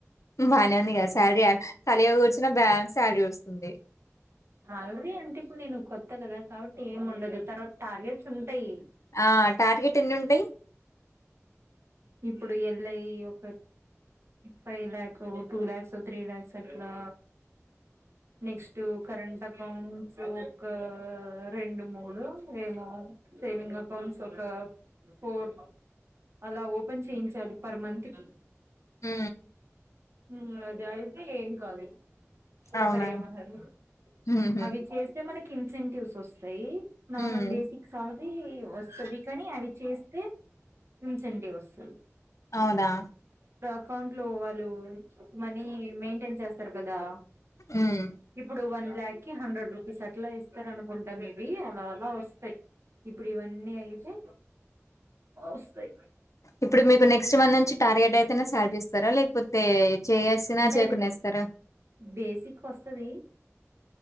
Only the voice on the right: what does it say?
హాలరి అంటే ఇప్పుడు నేను కొత్త గదా కాబట్టి ఏం ఉండదు తర్వాత టార్గెట్స్ ఉంటయ్
ఇప్పుడు ఎల్లై ఒక five lakh two lakhs three lakhs అట్లా
నెక్స్టుకరెంట్ అకౌంట్సు ఒక రెండు మూడో ఏమో సేవింగ్ అకౌంట్స్ ఒక ఫోర్ అలా ఓ పన్ చేయించాలి పర్ మంతు కి
హు అది అయితే ఏం కాదు
ఎవర ఏమనరు
అవి చేస్తే మనకి ఇన్సెంటివ్స్ వస్తయి నార్మల్
బేసిక్ సాలరీ వస్తది కానీ అవి చేస్తే ఇన్సంటివ్ వస్
అకౌంట్ లో వాళ్ళు మనీ మెయింటైన్ చేస్తారు కదా
ఇబ్బుడు వన్ ల్యాక్ కి హండ్రెడ్ రూ ఫీస్ అట్ల ఇస్తరనుకుంటా మేబి అలా అలా వస్తాయ్ ఇబ్బుడు ఇవన్నీ అయితే వస్తాయ్
అంటే
అది
బేసిక్ వస్తది